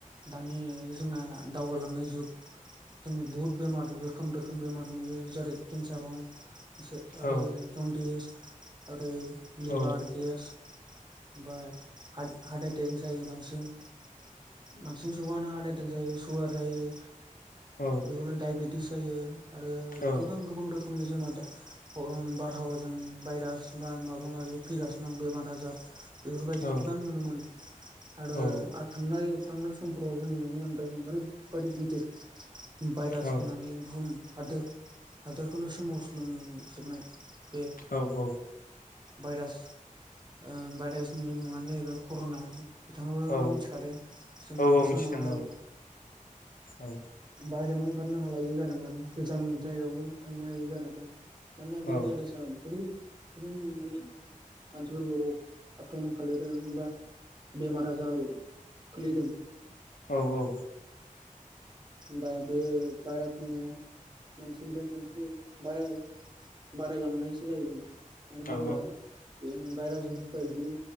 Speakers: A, on the right (about 30°); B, on the left (about 85°).
A: दानि जोंना दावगालांनाय जुग, जों बुहुद बेमार रोखोम रो खोम बेमार नुयो। जेरै केन्सार हक आरो
B: औ
A: जन्दिस ओरै लिभार
B: औ
A: गेस, ओमफाय हाट हाट एटेक जायो बांसिन। बांसिन सुबानो हाट एटेक जायो, सुगार जायो।
B: औ
A: बेफोरनो दायबेटिस जायो आरो
B: औ औ
A: गोबां गोबां रोखोमनि जोंनाव दा ओम बार'हावाजों भाइरास बा माबा माबि फैगासिनो दं बेमार आजार। बेफोरबायदि
B: औ
A: गोबां नुनो मोनो आरो
B: औ
A: आ थांनाय थांनाय समफोराव जों नु नुनो मोन्दों ओरैबादि गिदिर भायरास
B: औ
A: फैनानै बुहुम हादोद हादोरखौनो सोमावस्लुंजोबनाय। बे
B: औ औ।
A: भाइरास ओ भाइरासनि मुङानो जाहैबाय कर'ना। बिथाङाबो
B: औ
A: मिथिखादों जोङो
B: औ औ
A: बे
B: मिथिदों
A: समावहाय
B: औ
A: बायरायावनो ओंखारनो हालायै जादोंमोन। गोजान जायगायावबो थांनो हायि जादोंमोन। मानोना बे
B: औ
A: भाइरासआ गुबुं गोबां माने मानसिफोरखौ आख्रमन खालायदों बा बेमार आजाराव खोलैदों।
B: औ औ।
A: दा बे भायरास होननाया मानसिनिफाय मानसि बाराय बारायलांनायसो जायो मानो होनबा
B: औ
A: भाइरास बुसतुआ इदिनो